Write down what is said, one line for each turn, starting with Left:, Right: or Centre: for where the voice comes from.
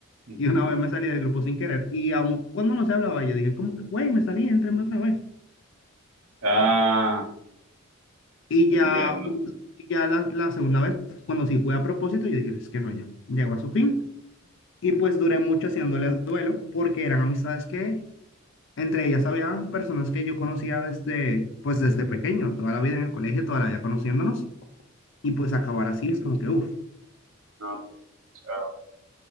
Right: Ujú.
Left: y una vez me salí del grupo sin querer, y aun cuando no se hablaba, yo dije como que, güey, me salí, éntrenme otra vez.
Right: Ah,
Left: Y
Right: entiendo.
Left: ya, y ya la, la segunda vez, cuando sí fue a propósito, yo dije, es que no, ya, llegó a su fin. Y pues duré mucho haciéndole duelo porque eran amistades que entre ellas habían personas que yo conocía desde, pues desde pequeño, toda la vida en el colegio, toda la vida conociéndonos. Y pues acabar así es como que, uff,
Right: No, no, o sea,